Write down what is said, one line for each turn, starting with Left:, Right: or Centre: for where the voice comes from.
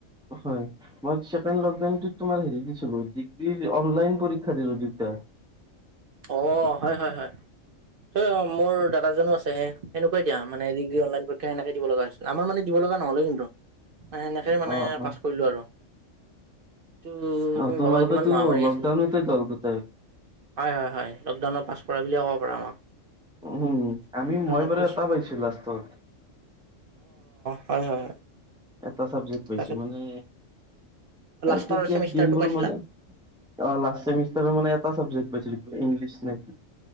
Centre: হয়, মই চেকেণ্ড লকডাউনটোত তোমাৰ হেৰি দিছিলো ডিগ্ৰি অনলাইন পৰীক্ষা দিলো দুটা।
Right: অ', হয়, হয়, হয় তই অ', মোৰ দাদাজনো আছে। সেনেকুৱাই দিয়া মানে। অনলাইন পৰীক্ষা সেনেকে দিব লগা হৈছিল। আমাৰ মানে দিব লগা নহলে কিন্তু। সেনেকে মানে
Centre: অ'
Right: পাছ
Centre: অ'
Right: কৰিলো আৰু ত,
Centre: অ'
Right: তুমি
Centre: তোমালোকেতো
Right: ভাবা কিমান মহামাৰি
Centre: লকডাউনতে
Right: আছিল।
Centre: গ'ল গোটেই।
Right: হয়, হয়। লকডাউনৰ পাছ বুলিয়ে ক'ব পাৰা আমাক।
Centre: উ'ম। আমি
Right: লকডাউনত
Centre: মই বাৰু
Right: পাছ
Centre: এটা পাইছো লাষ্টত।
Right: হয়, হয়, হয়।
Centre: এটা চাবজেক্ট পাইছো
Right: তাকেতো
Centre: মানে
Right: লাষ্টৰ
Centre: তেতিয়া
Right: চেমিষ্টাৰটো
Centre: দিনবোৰ
Right: পাইছিলা
Centre: মানে লাষ্ট চেমিষ্টাৰ মানে এটা চাব্জেকট পাইছিলো। ইংলিছ না কি?